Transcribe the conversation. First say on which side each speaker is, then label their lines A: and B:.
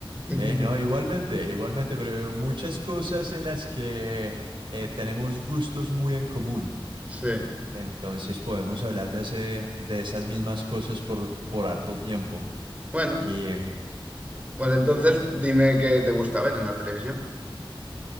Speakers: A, on the right; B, on the right.
A: <laughs>
B: Eh, no, igualmente, igualmente, pero muchas cosas en las que eh, tenemos gustos muy en común.
A: Sí.
B: Entonces podemos hablar de ese, de esas mismas cosas por, por harto tiempo.
A: Bueno.
B: Y
A: Pues entonces dime qué te gusta ver en la televisión.